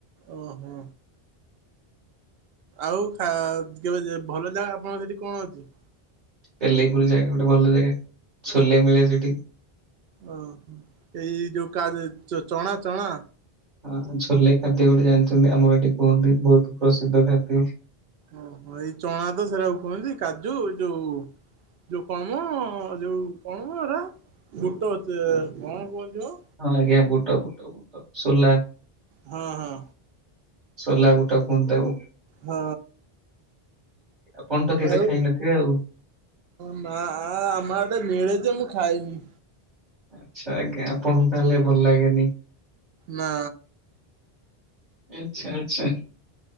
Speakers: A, on the right; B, on the right.
A: ଓ ହଁ। ଆଉା କା କେବେ ଯେବେ ଭଲ ଜାଗା ଆପଣଙ୍କର ସେଠି କଣ ଅଛି।
B: ପେଲେଇପୁର ଜାଗା ଗୋଟେ ଭଲ ଜାଗା ଟେ ଛୋଲେ ମିଳେ ସେଠି।
A: ଓ ଏଇ ଯୋଉ କା <unintelligible> ଚଣା ଚଣା
B: ହଁ ଛୋଲେ ଖାଦ୍ୟ ଗୋଟେ ଜାଣିଛନ୍ତି ଆମର ଏଠି କୁହନ୍ତି ବହୁତ ପ୍ରସିଦ୍ଧ ଖାଦ୍ୟ ଏଠି।
A: ଓହୋ ଏଇ ଚଣା ତ ସେଟା କୁ କୁହନ୍ତି କାଜୁ ଯୋଉ ଯୋଉ କଣମ ଯୋଉ କଣମ ଏରା ବୁଟ ଅଛି କଣ କୁହଥିମ?
B: ହଁ ଆଜ୍ଞା ବୁଟ ବୁଟ ବୁଟ ସୋଲା
A: ହଁ ହଁ
B: ସୋଲା ବୁଟ କୁହନ୍ତି ତାକୁ।
A: ହଁ।
B: ଆପଣ ତ କେବେ
A: ଆଉ
B: ଖାଇନଥିବେ ଆଉ।
A: ନା ଆ ଆମ ଆଡେ ମିଳେ ଯେ ମୁଁ ଖାଇନି।
B: ଆଚ୍ଛା ଆଜ୍ଞା ଆପଣଙ୍କୁ ତାହଲେ ଭଲ ଲାଗେନି।
A: ନା।
B: ଆଚ୍ଛା ଆଚ୍ଛା